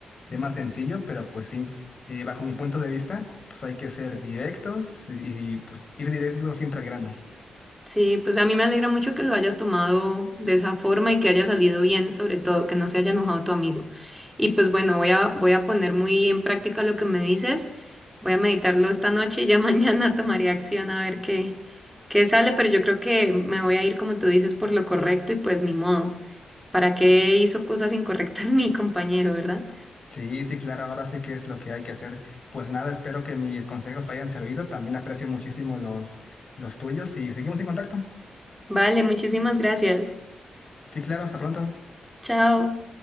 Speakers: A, on the left; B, in the centre.
A: tema sencillo, pero pues sí, eh, bajo mi punto de vista, pues hay que ser directos y, y, pues ir directo siempre al grano.
B: Sí, pues a mí me alegra mucho que lo hayas tomado de esa forma y que haya salido bien, sobre todo que no se haya enojado tu amigo. Y pues bueno, voy a, voy a poner muy en práctica lo que me dices, voy a meditarlo esta noche y ya <laughs> mañana tomaré acción a ver qué, qué sale, pero yo creo que me voy a ir, como tú dices, por lo correcto y pues ni modo. ¿Para qué hizo cosas incorrectas <laughs> mi compañero, verdad?
A: Sí, sí, claro, ahora sí que es lo que hay que hacer. Pues nada, espero que mis consejos te hayan servido, también aprecio muchísimo los, los tuyos y seguimos en contacto.
B: Vale, muchísimas gracias.
A: Sí, claro, hasta pronto.
B: Chao.